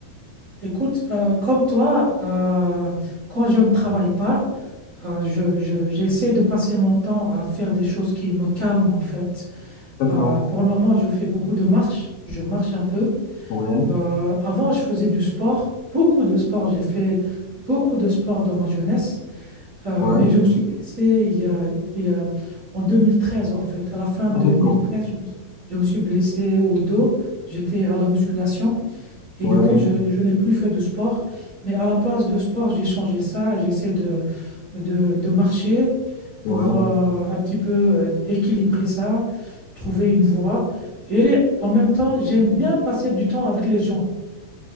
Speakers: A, on the right; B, on the left.
A: Écoute, euh, comme toi, euh, quand je ne travaille pas, euh, je, je- j'essaie de passer mon temps à faire des choses qui me calment en fait.
B: D'accord.
A: Euh, pour le moment, je fais beaucoup de marches, je marche un peu.
B: Ouais,
A: Euh, avant, je faisais du sport, beaucoup de sport. J'ai fait beaucoup de sport dans ma jeunesse, Euh,
B: ouais.
A: mais je me suis blessé il y a, il y a- en 2013, en fait. À la fin
B: Ah,
A: de 2013,
B: d'accord.
A: je me suis je me suis blessé au dos. J'étais à la musculation et
B: Ouais,
A: depuis, je, je n'ai plus fait de sport. Mais à la place de sport, j'ai changé ça. J'essaie de, de, de marcher
B: ouais,
A: pour
B: ouais,
A: euh, un petit peu euh, équilibrer ça, trouver une voie. Et en même temps, j'aime bien passer du temps avec les gens